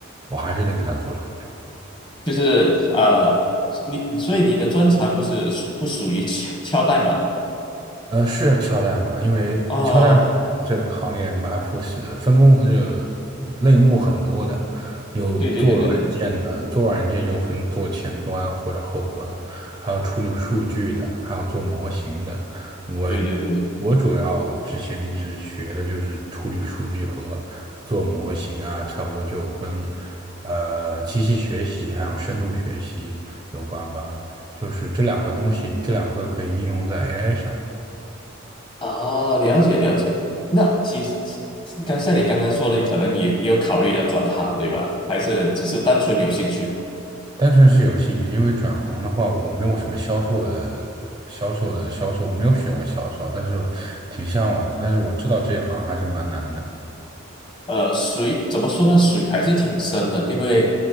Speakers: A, on the right (about 20°); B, on the left (about 20°).
A: 我还是得给他做出来。
B: 就是呃，你所以你的专长不是不属于敲敲代码的。
A: 呃，是敲代码，因为敲代码这个行业蛮复杂的，
B: 哦，
A: 分工呃类目很多的，有做软件的，
B: 对对对对对
A: 做软件又分做前端或者后端，还有处理数据的，还有做模型的。我
B: 对对对，
A: 我主要之前一直学的就是处理数据和做模型啊，差不多就跟呃机器学习还有深度学习有关吧，就是这两个东西，这两个可以应用在 AI 上。
B: 啊，了解了解。那其实刚像你刚刚说的，可能你你有考虑要转行，对吧？还是只是单纯有兴趣？
A: 单纯是有兴趣，因为转行的话，我没有什么销售的、销售的、销售，我没有学过销售，但是挺向往的。但是我知道这一行还是蛮难的。
B: 呃，水怎么说呢？水还是挺深的，因为